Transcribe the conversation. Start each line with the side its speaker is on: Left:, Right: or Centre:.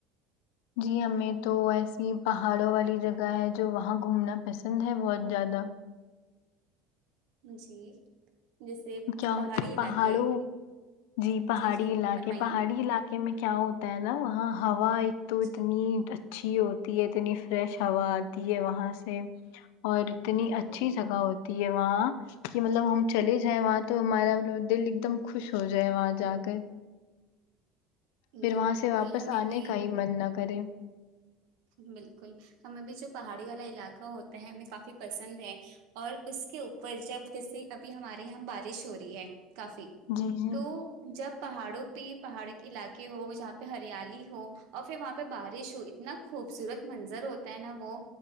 Left: جی ہمیں تو ایسی پہاڑوں والی جگہ ہے جو وہاں گھومنا پسند ہے بہت زیادہ
Right: جی جیسے
Left: کیا
Right: پہاڑی
Left: ہوتا ہے
Right: علاقے
Left: پہاڑوں جی پہاڑی
Right: جی
Left: علاقے
Right: فرمائیے
Left: پہاڑی علاقے میں کیا ہوتا ہے نا وہاں ہوا ایک تو اتنی
Right: جی
Left: اچھی ہوتی ہے اتنی فریش ہوا آتی ہے وہاں سے اور اتنی
Right: بالکل
Left: اچھی جگہ ہوتی ہے وہاں کہ مطلب ہم چلے ج ائے وہاں تو ہمارا دل ایک دم خوش ہو جائے وہاں جا کر پھر
Right: جی
Left: وہاں
Right: بالکل
Left: سے واپس
Right: ہمیں
Left: آنے
Right: بھی
Left: کا ہی من نہ کرے
Right: بالکل ہمیں بھی جو پہاڑی والا علاقہ ہوتا ہے ہمیں کافی پسند ہے اور اس کے اوپر جب جیسے ابھی ہمارے یہاں بارش ہو رہی ہے کافی
Left: جی جی
Right: تو جب پہاڑوں پہ پہاڑ کے علاقے ہو جہاں پہ ہریالی ہو اور پھر وہاں پہ بارش ہو اتنا خوبصورت منظر ہوتا ہے نا وہ